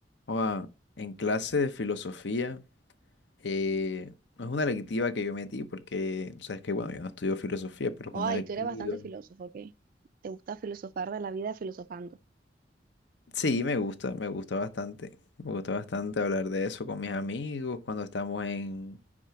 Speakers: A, on the left; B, on the right.
A: Oa, en clase de filosofía, eh, no es una electiva que yo metí porque, sabes que, bueno, yo no estudio filosofía, pero es
B: Ay,
A: una electiva.
B: tú eres bastante filósofo, ¿ok? Te gusta filosofar de la vida filosofando.
A: Sí, me gusta, me gusta bastante. Me gusta bastante hablar de eso con mis amigos cuando estamos en,